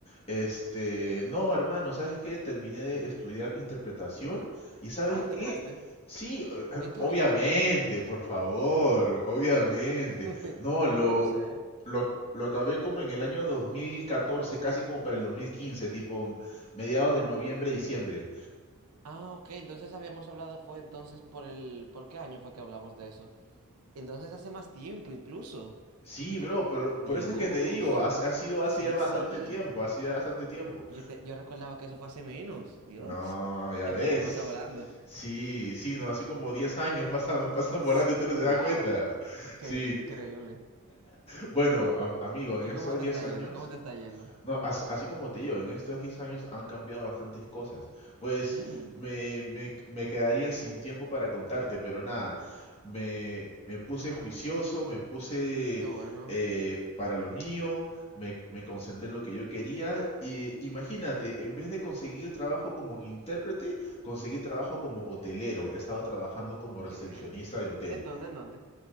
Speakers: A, on the left (about 25°); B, on the right (about 85°).
A: Este, no, hermano, ¿sabes qué? Terminé de estudiar interpretación y ¿sabes
B: Ah, ¿lo terminaste?
A: qué? Sí, eh, eh,
B: ¿En qué
A: obviamente,
B: año?
A: por favor, obviamente.
B: <laughs>
A: No, lo,
B: No, no sé.
A: lo, lo acabé como en el año 2014 casi como para el 2015 tipo mediados de noviembre, diciembre.
B: Ah, ok, entonces habíamos hablado, fue entonces por el... ¿Por qué año fue que hablamos de eso? Entonces hace más tiempo incluso.
A: Sí, bro, pero
B: Dios.
A: por eso es que te digo, ha, ha sido
B: Sí,
A: hace ya bastante
B: sí.
A: tiempo, hace ya bastante tiempo.
B: Oh, Yo, te- yo recordaba que eso fue hace menos. Dios.
A: No,
B: <laughs>
A: ya
B: El
A: ves.
B: tiempo pasa volando.
A: Sí, sí, no, así como 10 años <laughs> pasan,
B: <laughs>
A: pasan
B: S-
A: volando y tú no te
B: Wow.
A: das cuenta.
B: Qué,
A: Sí,
B: qué increíble.
A: bueno, am- amigo, en
B: ¿Y
A: esos
B: cómo te
A: 10
B: está
A: años
B: yendo? ¿Cómo te está yendo?
A: no, as- así como te digo, en estos 10 años han cambiado bastantes cosas. Pues
B: Mm,
A: me, me- me quedaría sin tiempo para contarte, pero nada, me, me puse juicioso, me puse
B: qué bueno.
A: eh, para lo mío, me, me concentré en lo que yo quería y imagínate, en vez de conseguir trabajo como intérprete, conseguí trabajo como hotelero. He estado trabajando como recepcionista
B: ¿Qué?
A: de hotel.
B: ¿En dónde? ¿En dónde?